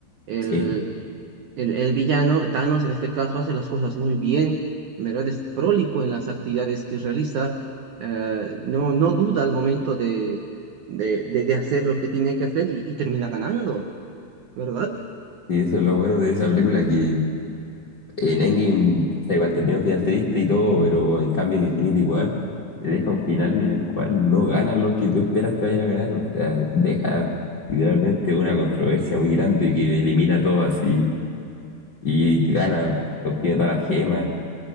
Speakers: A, on the right (about 80°); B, on the left (about 55°).
A: El,
B: Sí,
A: El, el villano, Thanos en este caso, hace las cosas muy bien, en verdad es prolijo en las actividades que realiza, eh, no, no duda al momento de, de, de- de hacer lo que tiene que hacer y, y termina ganando, ¿verdad?
B: y eso es lo bueno de esa película, que en Endgame, o sea, igual terminó final triste y todo,
A: Ujú.
B: pero en cambio en Infinity War te deja un final en el cual no ganan los que tú esperas que vayan a ganar, o sea, deja literalmente una controversia muy grande que elimina todo así y gana, obtiene todas las gemas,